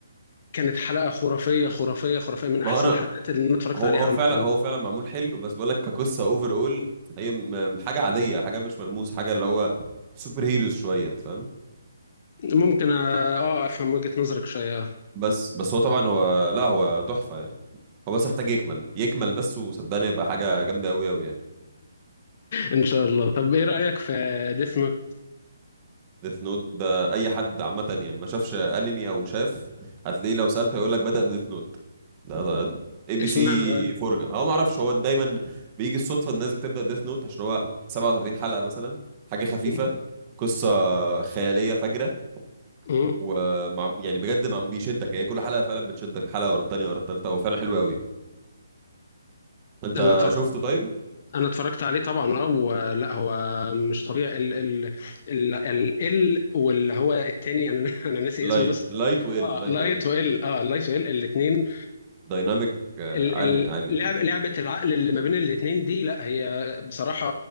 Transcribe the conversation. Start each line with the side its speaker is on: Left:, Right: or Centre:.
Left: كانت حلقة خرافية خرافية خرافية من احسن
Right: ما هو انا
Left: الحلقات اللي انا اتفرجت
Right: هو
Left: عليها
Right: هو
Left: عامة
Right: فعلا هو فعلا معمول حلو بس بقول لك كقصه اوفر اول هي م- م- حاجه عاديه حاجه مش ملموس حاجه اللي هو سوبر هيروز شويه أنت فاهم
Left: ممكن اه آه، افهم وجهة نظرك شوية آه.
Right: بس بس هو طبعا هو لا هو تحفه يعني هو بس محتاج يكمل يكمل بس وصدقني يبقى حاجه جامده قوي قوي يعني
Left: ان شاء الله طب ايه رأيك في ديث نوت؟
Right: ديث نوت ده اي حد عامه يعني ما شافش انمي او شاف هتلاقيه لو سالته هيقول لك بدا بديث نوت ده اي بي
Left: اشمعنى
Right: سي
Left: بقى؟
Right: فرجه هو ما اعرفش هو دايما بيجي الصدفه الناس بتبدا ديث نوت عشان هو 37 حلقه مثلا حاجه خفيفه
Left: مم.
Right: قصه خياليه فجره
Left: مم.
Right: ومع يعني بجد مع بيشدك هي كل حلقه فعلا بتشدك حلقه ورا التانيه ورا التالته هو فعلا حلو قوي انت
Left: انا اتفرجت
Right: شفته طيب
Left: انا اتفرجت عليه طبعا اه ولا هو مش طبيعي ال ال ال ال ال واللي هو التاني انا <laughs> انا ناسي
Right: لايت
Left: اسمه بس
Right: لايت
Left: هو-
Right: وال
Left: اه
Right: لايت
Left: لايت
Right: وال
Left: وال اه لايت وال الاثنين
Right: دايناميك آه،
Left: اللعب
Right: عالي عالي
Left: لعبه العقل اللي ما بين الاثنين دي لا هي بصراحه